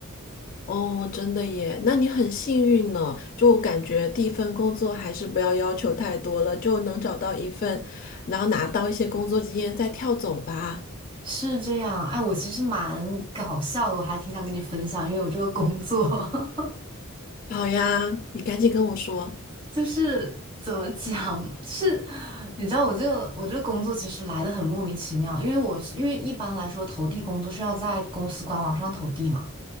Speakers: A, on the left; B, on the right.
A: 哦，真的耶，那你很幸运呢。就我感觉第一份工作还是不要要求太多了，就能找到一份，然后拿到一些工作经验再跳走吧。
B: 是这样，哎，我其实蛮搞笑的，我还挺想跟你分享，因为我这个工作。<laughs>
A: 好呀，你赶紧跟我说。
B: 就是怎么讲，是你知道我这个我这个工作其实来的很莫名其妙，因为我是因为一般来说投递工作是要在公司官网上投递嘛，